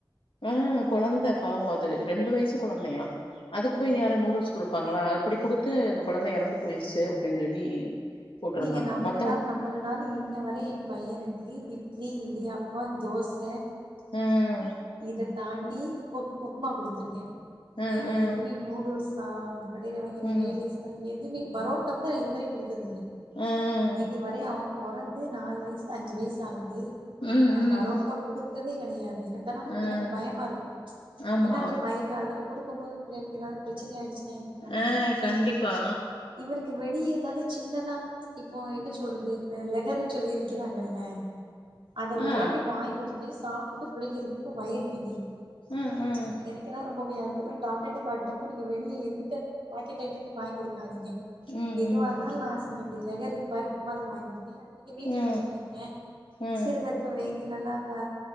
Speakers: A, on the left (about 85°); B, on the right (about 80°).
A: ஆ கொழந்த பாவோ அது ரெண்டு வயசு கொழந்தயா அதுக் போயி
B: ஐயோ
A: யாரு நூடுல்ஸ் குடு ப்பாங்ளா அப்டி குடுத்து அந்த கொழந்த இறந்து போயிருச்சு அப்டின் சொல்லி போட்ருந்தாங்க
B: நீங்க நம்பு
A: மத்தவ
B: நாளு நம்பள நாளு இன்ன வரை ஏ பைய்யனுக்கு இட்லி இடியா ப்போ தோச
A: ஆஹ
B: இதத்தாண்டி உ உப்மா குடுத்துருக்கே
A: ஆ
B: வேற
A: ஆ
B: எதுவ்மே நூடுல்ஸா கடைல வாங்கி ஃப்ரைட்
A: ம்
B: ரைஸ் தா எதுவுமே பரோட்டா கூட நா இதுவரையு குடுத்ததில்ல
A: ம்
B: இதுவரையு அவ பொறந்து நாலு வய்சு அஞ்சு வய்சு ஆகுது
A: ம்
B: நா
A: ம்
B: பரோட்டா குடுத்ததே கெடையாது எனக்கு நா
A: ம்
B: எனக் பயமா இருக்கு
A: ஆமா
B: ஏனா அது மைதா அதுல குடுக்கும் போது புள்ளைகளுக் ஏதாவ்து ப்ரச்சன ஆயிடுச்சு நா என்ன பண்ணே
A: ஆ கண்டிப்பா
B: இவளுக் வெளிய ஏதாவ்து சின்னதா இப்போ என்ன சொல்றது இந்த லகருன் சொல்லி விக்கிறாங்கல்ல அத ஒரு
A: ஆ
B: வாட்டி வாயிங் குடுத்தே சாப்புட்டு புள்ளைக்கு ரொம்ப வயிறு வலி
A: ம் ம்
B: எனக்கென்னா ரொம்ப பயோ அப்றோ டாக்டர்ட காட்டினப்போ நீ வெளிய எந்த பாக்கெட் ஐட்டமே வாங்கி குடு டுகாதீங்க
A: ம்
B: எதுவா
A: ம்
B: இருந்தாலு நா சொன்னப்படி பருப்பு மாரி வாங்கி குடுத் அத நீங்க வீட்ல
A: ம்
B: பண்ணி் குடுங்க
A: ம்
B: சிறுபறுப்ப வாங்கி நல்லாக்கா